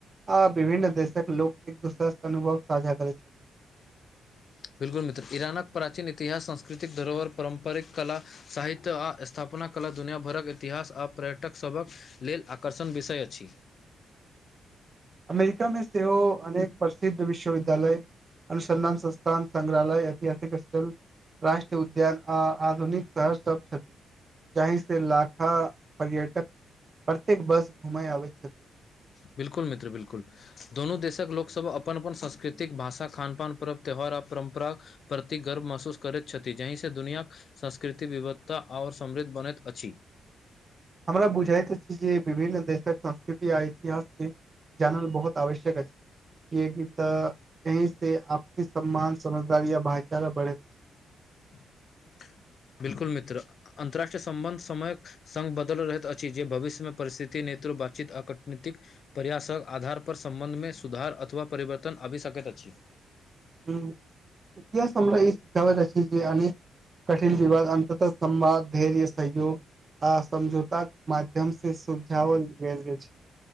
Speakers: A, on the right (about 40°); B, on the left (about 60°).
A: आ विभिन्न देशक लोक एक दोसरा स अनुभव साझा करै छै।
B: <inaudible> यौ मित्र इरानक प्राचीन इतिहास सांस्कृतिक धरोहर पारंपरिक कला साहित्य आ स्थापना कला दुनिया भरक इतिहास आ पर्यटक सभक लेल आकर्षण विषय अछि।
A: अमेरिका मे सेहो अनेक प्रसिद्ध विश्वविद्यालय अनु संधान संस्थान संग्रहालय ऐतिहासिक स्थल राष्ट्रीय उद्यान आ आधुनिक शहर सब छथि। जाहि से लाखा पर्यटक प्रत्येक वर्ष घुमय आबैत छथिन।
B: बिल्कुल मित्र, बिल्कुल दुनू देशक लोकसब अपन-अपन सांस्कृतिक भाषा खान-पान पर्व त्यौहार प्रा परंम्परा प्रति गर्व महसूस करैत छथि, जहि से दुनियाक संस्कृति विविधता और सम समृद्ध बनैत अछि।
A: हमरा बुझाइत अछि जे विभिन्न देशक संस्कृति आ इतिहास ही जानल बहोत आवश्यक अछि। कियाकी तऽ यहीं से आपसी सम्मान, समझदारी या भाईचारा बढ़े छै।
B: <inaudible> बिल्कुल मित्र, अ अन्तर्राष्ट्रीय संबन्ध समय संग बदल रहैत अछि जे भविष्यमे परिस्थिति नै बातचीत आ कूटनीतिक प्रयासक आधार पर संबंध मे सुधार अथवा परिवर्तन आबि सकैत। जी।
A: हूँ, इतिहास हमरा ई सिखावैत अछि जे अनेक कठिन विवाद, अन्ततः संवाद धैर्य सहयोग। आ समझौताक माध्यम से सुलझावल जाइत अछि।